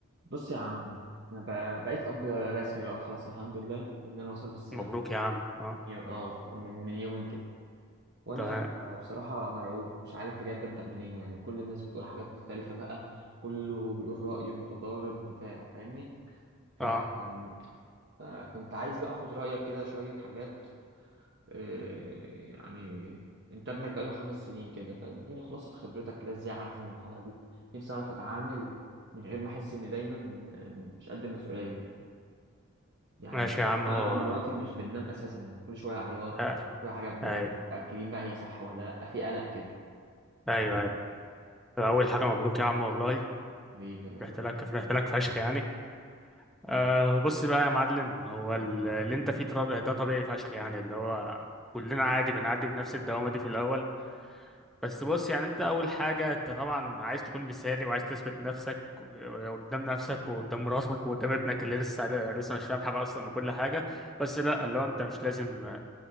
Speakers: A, on the right; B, in the centre.
A: بص يا عم انا بقى- بقيت اب رسمي بقى خلاص الحمد لله ان انا وصل بالسلام
B: مبروك يا عم اه
A: من يو... اه من من يومين كده وانا
B: تمام
A: آه، بصراحه مرعوب مش عارف بجد ابدا منين يعني كل الناس بتقول حاجات مختلفه بقى كله بيقول رايه متضارب بتاع فاهمني ف...
B: اه
A: أم- فكنت عايز بقى اخد رايك كده شويه حاجات آه، يعني انت ابنك بقاله خمس سنين كده فاديني خلاصه خبرتك كده ازاي اعدي المرحله دي نفسي اعرف اتعامل من غير ما احس اني دايما آه، مش قد المسؤوليه يعني
B: ماشي يا عم
A: انا
B: هو
A: أنا ومراتي
B: آه.
A: مش بننام اساسا يعني كل شويه عياط
B: آه،
A: كل شويه حاجه بنبقى
B: اي
A: مش متاكدين بقى هي صح ولا لا في قلق كده
B: ايوه ايوه اول حاجه مبروك يا عم والله
A: ليه بيلا-
B: رحت
A: بيلا؟
B: لك رحت لك فشخ يعني
A: ليه؟
B: آه بص بقى يا معلم هو ال- اللي انت فيه طر- ده طبيعي فشخ يعني اللي هو كلنا عادي بنعدي بنفس الدوامه دي في الاول بس بص يعني انت اول حاجه انت طبعا عايز تكون مثالي وعايز تثبت نفسك آه، قدام نفسك وقدام مراتك وقدام ابنك اللي لسه لسه مش فاهم حاجه اصلا وكل حاجه بس لا اللي هو انت مش لازم